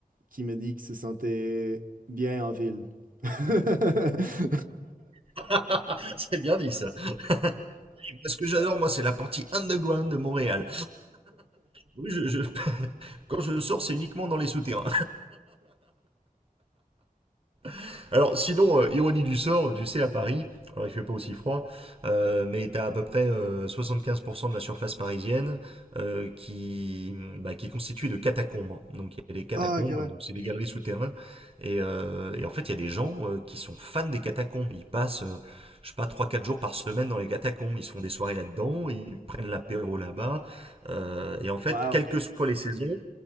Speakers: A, on the right; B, on the right.
A: qui me dit qu'il se sentait bien en ville. <laughs>
B: <laughs> C'est bien dit, ça. <laughs> Ce que j'adore, moi, c'est la partie underground de Montréal. Oui, je, je- quand je sors, c'est uniquement dans les souterrains. <laughs> Alors, sinon, euh, ironie du sort, tu sais, à Paris, alors il fait pas aussi froid, euh, mais t'as à peu près euh, 75% de la surface parisienne euh, qui, bah, qui est constituée de catacombes. Donc, il y a des catacombes,
A: Ah, ok, ouais.
B: donc c'est des galeries souterraines. Et, euh, et en fait, il y a des gens euh, qui sont fans des catacombes. Ils passent, euh, je sais pas, trois, quatre jours par semaine dans les catacombes. Ils se font des soirées là-dedans, ils prennent l'apéro là-bas. Euh, et en fait,
A: Wow.
B: quelles que soient les saisons,